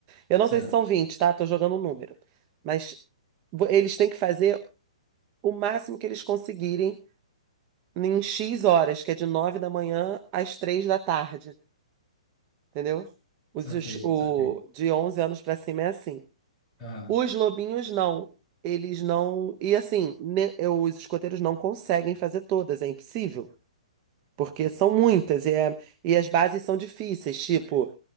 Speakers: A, on the right; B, on the left.
A: Eu
B: Certo.
A: não sei se são 20, tá? Tô jogando um número. Mas vo- eles têm que fazer o máximo que eles conseguirem em X horas, que é de 9 da manhã às 3 da tarde, entendeu? Os,
B: Saquei,
A: os- o,
B: saquei.
A: de 11 anos pra cima é assim.
B: Aham.
A: Os lobinhos não. Eles não. E assim, ne- eh, os escoteiros não conseguem fazer todas, é impossível. Porque são muitas e, é- e as bases são difíceis, tipo,